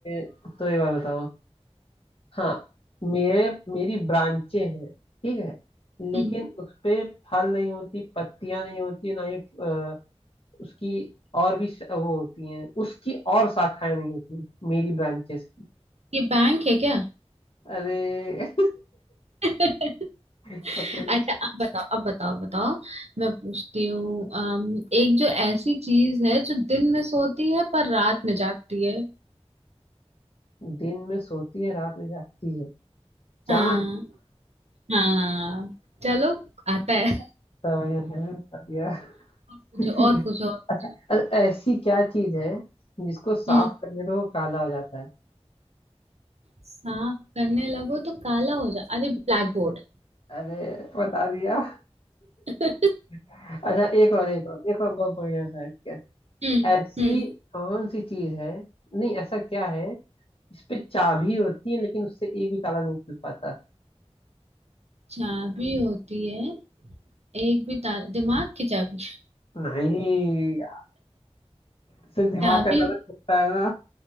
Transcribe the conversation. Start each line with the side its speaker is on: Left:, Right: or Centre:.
Left: तो ये बात बताओ हाँ मेरे मेरी ब्रांचें हैं ठीक है लेकिन
Right: हम्म,
Left: उस पे फल नहीं होती पत्तियां नहीं होती ना ही अ, उसकी और भी श- वो होती हैं उसकी और शाखाएं नहीं होती मेरी ब्रांचेस की
Right: ये बैंक है क्या
Left: अरे
Right: <laughs>
Left: <laughs> पकड़
Right: अच्छा अब बताओ अब बताओ बताओ मैं पूछती हूँ अम, एक जो ऐसी चीज है जो दिन में सोती है पर रात में जागती है
Left: दिन में सोती है रात में जागती है चांद
Right: हाँ हाँ चलो आता
Left: चांद
Right: है और
Left: तब यहाँ तब
Right: पूछो
Left: यहाँ।
Right: और पूछो और पूछो।
Left: <laughs> अरे ऐसी क्या चीज है जिसको साफ
Right: हम्म
Left: करने पे वो काला हो जाता है
Right: साफ करने लगो तो काला हो जा अरे ब्लैक बोर्ड
Left: अरे बता दिया
Right: <laughs>
Left: अच्छा एक और एक और एक और बहुत बढ़िया सा है
Right: हम्म
Left: ऐसी
Right: हम्म
Left: कौन सी चीज है नहीं ऐसा क्या है इस पे चाबी होती है लेकिन उससे एक भी ताला नहीं खुल पाता
Right: चाबी होती है एक भी ताला दिमाग की चाबी
Left: नहीं इससे दिमाग
Right: चाबी
Left: का ताला खुलता है ना